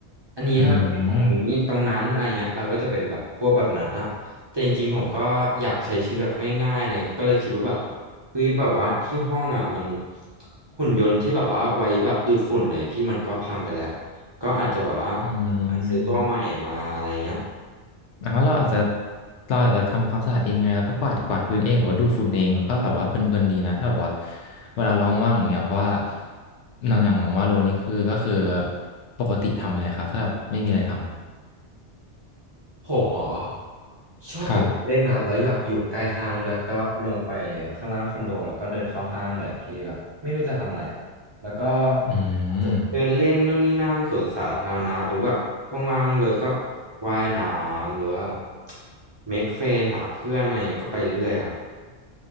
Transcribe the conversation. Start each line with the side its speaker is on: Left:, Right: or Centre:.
Right: อันนี้ถ้ามันเป็นตรงนี้ตรงนั้นอะไรเงี้ยเราก็จะเป็นแบบพวกแบบนั้นนะแต่จริงๆผมก็อยากใช้ชีวิตแบบง่ายๆเลยก็เลยคิดว่าแบบ
Left: อืม
Right: เฮ้ยแบบว่าที่ห้องอะมันหุ่นยนต์ที่แบบว่าไว้แบบดูดฝุ่นอะไรพี่มันก็พังไปแล้วก็อาจจะแบบว่า
Left: อืม
Right: ไปซื้อตัวใหม่มาอะไรเงี้ย
Left: แล้วเราอาจจะเราอาจจะทำความสะอาดเองไงแล้วก็กวาดกวาดพื้นเองหรือว่าดูดฝุ่นเองมันก็แบบว่าเพลินๆดีนะถ้าแบบว่าเวลาเราว่างๆอย่างเงี้ยเพราะว่าน้องอย่างน้องว่าโลนี่คือก็คือปกติทำอะไรครับถ้าแบบไม่มีอะไรท
Right: ผมหมอชอบไปเล่นครับแล้วอยากอยู่ใกล้ห้างด้วยก็ลงไปข้างล่างคอนโดแล้วก็เดินเข้าห้างเลยพี่แบบไม่รู้จะทำอะไร
Left: ำครับ
Right: แล้วก็
Left: อืม
Right: อาจจะเดินเล่นนู่นนี่นั่นสวนสาธารณะหรือแบบว่างๆเลยก็ว่ายน้ำหรือว่าเมคเฟนหาเพื่อนอะไรเงี้ยก็ไปเรื่อยครับ